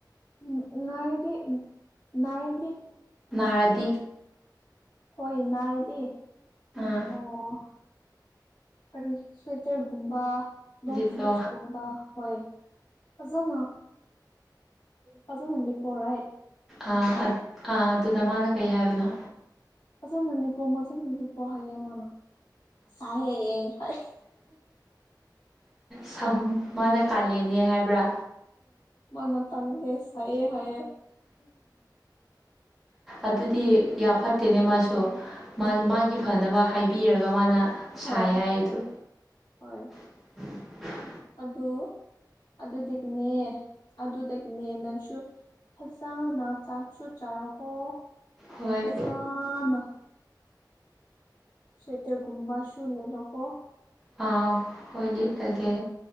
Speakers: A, on the left; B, in the centre.
A: ꯎꯝ ꯅꯏꯗꯤ ꯎꯝ ꯅꯏꯗꯤ
B: ꯅꯔꯗꯤ
A: ꯍꯣꯏ ꯅꯥꯔꯗꯤ
B: ꯑꯥ
A: ꯑꯣ ꯀꯔꯤ ꯁ꯭ꯋꯦꯇꯔꯒꯨꯝꯕꯥ ꯂꫭꯛ
B: ꯂꯤꯠꯂꯣ
A: ꯇꯤꯁꯒꯨꯝꯕꯥ ꯍꫭꯏ ꯄꯖꯅ ꯄꯖꯅꯅꯤ ꯄꯣꯔꯥꯏ
B: ꯥ ꯑ ꯑ ꯑꯗꯨꯗ ꯃꯥꯅ ꯀꯩ ꯍꯥꯏꯕꯅꯣ
A: ꯐꯥꯖꯅ ꯂꯤꯄꯣ ꯃꯖꯅ ꯂꯤꯄꯣ ꯍꯥꯏꯌꯦ ꯃꯥꯅ ꯁꯥꯏꯍ‌ꯦ ꯍꯥ ꯑꯁ
B: ꯁꯍꯝ ꯃꯥꯅ ꯀꯥꯂꯦꯟꯅꯦ ꯍꯥꯏꯕ꯭ꯔꯥ
A: ꯃꫭꯏ ꯇꯜꯂ‌ꯦ ꯁꯥꯏꯌ‌ꯦ ꯍꯥꯏꯌꯦ
B: ꯑꯗꯨꯗꯤ ꯌꯥꯝ ꯐꯠꯇꯦꯅꯦ ꯃꯥꯁꯨ ꯃꯥꯖꯨ ꯃꯥꯒꯤ ꯐꯅꯕ ꯍꯥꯏꯕꯤꯔꯒ ꯃꯥꯅ
A: ꯍꫭꯏ
B: ꯁꯥꯏ ꯍꯥꯏꯔꯤꯗꯣ
A: ꯍꫭꯏ
B: <inaudible>
A: ꯑꯗꯨ ꯑꯗꯨꯗꯒꯤꯅꯦ ꯑꯗꯨꯗꯒꯤꯅꯦ ꯅꯪꯁꯨ ꯐꯖꯅ ꯆꯥꯛꯁꯨ ꯆꯥꯔꯣꯀꯣ
B: ꯍꯣꯏ
A: ꯐꯖꯅ ꯁꯇꯒꯨꯝꯕꯥ ꯁ ꯂꯩꯅꯀꯣ
B: ꯍ ꯂꯤ ꯂꯒꯦ